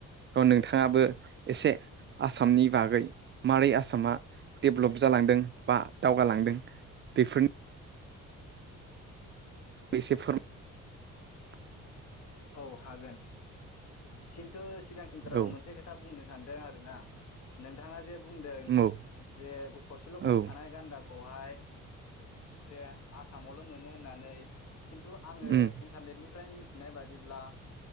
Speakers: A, on the right (about 40°); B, on the left (about 60°).
A: थ' नोंथाङाबो एसे आसामनि बागै मारै आसामा डेभलप जालांदों बा दावगालांदों बेफोर <unintelligible>
B: अ हागोन खिन्थु सिगांसिनफोराव
A: औ
B: मोनसे खोथा बुंनो सानदों आरो ना नोंथाङा जेब बुंदों
A: औ
B: जे थसेल' गं
A: औ
B: थानाय गान्दाखौहाय जे आसा आसामावल' मोनो होननानै नै खिनथु आङो
A: उम
B: इन्टारनेनिफ्राय मिथि नाय बा जेब्ला